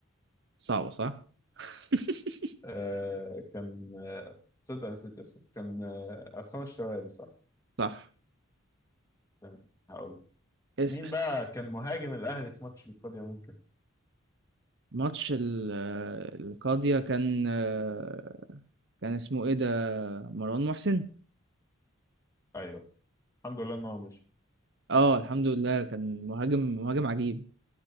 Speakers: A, on the right; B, on the left.
A: صعبة صح <laughs>
B: آه كان آه، تصدق نسيت اسمه كان آه عصام الشوالي صح
A: صح
B: تمام هقول
A: اسأل
B: مين بقى كان مهاجم الاهلي في ماتش القضية ممكن
A: ماتش ال- آه، القاضية كان آه، كان اسمه ايه ده مروان محسن
B: ايوه الحمد لله انه مش
A: اه الحمد لله كان مهاجم مهاجم عجيب